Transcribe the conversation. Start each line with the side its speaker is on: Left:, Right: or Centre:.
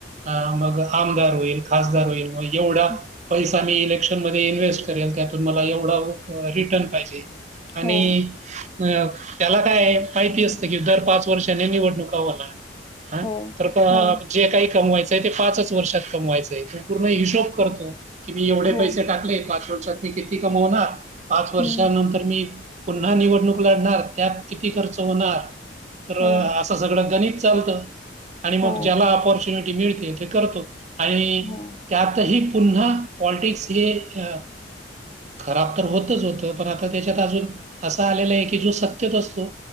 Right: अं, आमदार होई खासदार होईल मग एवढा
Left: हं.
Right: पैसा इलेक्शन मध्ये इन्व्हेस्ट करेल त्यातून मला एवढा रिटर्न पाहिजे. आणि
Left: हो,
Right: अ त्याला काय माहिती असतं, की दर पाच वर्षाने निवडणुका होणार. हा
Left: हो,
Right: तर
Left: हो,
Right: जे काही कमवायचंय ते पाचच वर्षात कमवायचंय पूर्ण हिशोब करतो की, मी एवढे
Left: हो,
Right: पैसे टाकले पाच वर्षात मी किती कमवणार? पाच वर्षानंतर
Left: हं,
Right: मी पुन्हा निवडणूक लढणार त्यात किती खर्च होणार तर
Left: हो,
Right: अस सगळं गणित चालत आणि मग
Left: हो,
Right: ज्याला पॉर्च्युनिटी मिळते ते करतो. आणि
Left: हो,
Right: त्यातही पुन्हा पॉलिटिक्स हे अ खराब तर होतच होतं पण आता त्याच्यात अजून असं आलेलं आहे की जो सततेत असतो